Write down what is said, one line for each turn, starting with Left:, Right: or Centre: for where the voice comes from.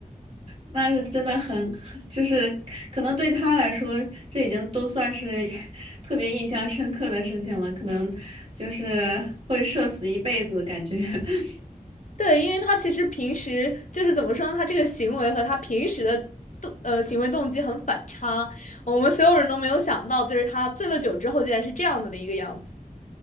Right: 那是真的很，就是可能对他来说，这已经都算是 <laughs> 特别印象深刻的事情了，可能就是会社死一辈子感觉。<laughs>
Left: 对，因为他其实平时就是怎么说呢，他这个行为和他平时的动呃行为动机很反差，我们所有人都没有想到，就是他醉了酒之后竟然是这样子的一个样子。